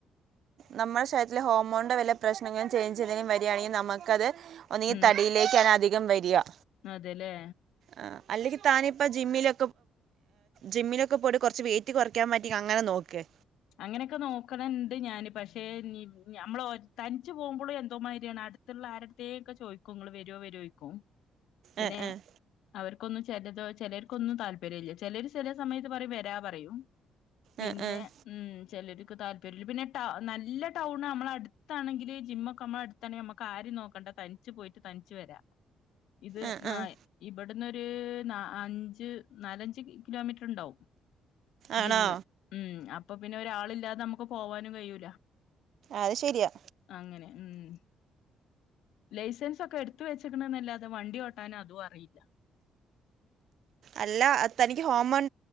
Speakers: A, on the right (about 65°); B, on the left (about 80°).
A: നമ്മുടെ ശരീര്ലെ ഹോർമോണിന്റെ വലിയ പ്രശ്നങ്ങളും ചേഞ്ച് ചെയ്യുന്നും വരികയാണെങ്കിൽ നമുക്കത് ഒന്നീ
B: ഉം
A: തടിയിലേക്കാന അധികം വരികാ
B: അതെല്ലേ
A: ആ അല്ലെങ്കി താനിപ്പ ജിമ്മിലൊ ജിമ്മിലൊക്കെ പോയിട്ട കുറച്ച് വെയിറ്റ് കുറയ്ക്കാൻ പറ്റിന്ക അങ്ങനെ നോക്ക്
B: അങ്ങനെയൊക്കെ നോക്കണണ്ട് ഞാന് പക്ഷെ ഞമ്മള തനിച്ചു പോകുമ്പോളും എന്തോമാതിരിയാണ് അടുതുള്ള ആരുടത്തേക് ചോദിക്കും നിങ്ങള് വരുവോ വരോക്കും പിന്നെ
A: ഏഹ് ഏഹ്
B: അവർക്കൊന്നും ചിലത് ചിലർക്കൊന്നും താല്പര്യ ഇല്ല ചിലർ ചില സമയത്ത് പറയും വരാ പറയും പിന്നെ.
A: ഏഹ് ഏഹ്
B: ചിലർക്ക് താല്പര്യമില്ല പിന്നെ നല്ല ടൗണ് നമ്മള അടുത്താണെങ്കില് ജിം ഒക്കെ നമ്മള അടുത്താണെങ്കിൽ നമ്മുക് ആ നോക്കണ്ട തനിച്ചു പോയിട്ട് തനിച്ചു വരാ ഇത്
A: ഏഹ് ഏഹ്
B: ഇവിടന്നൊരു അഞ്ച് നാലഞ്ച് ലൊമീറ്ററുണ്ടാവും
A: ആണോ
B: ജിമ് ഉം അപ്പപ്പിന്നെ ഒരാളില്ലാതെ ഞമ്മക്ക് പോവാനും കഴിയൂല
A: അത് ശരിയാ.
B: അങ്ങനെ ഉം. ലൈസൻസ് ഒക്കെ എടുത്ത് വെച്ചിക്കിണ്ന്നല്ലാതെ വണ്ടി ഓട്ടാന് അതും അറീല്ല
A: അല്ല തനിക്ക് ഹോമോൺ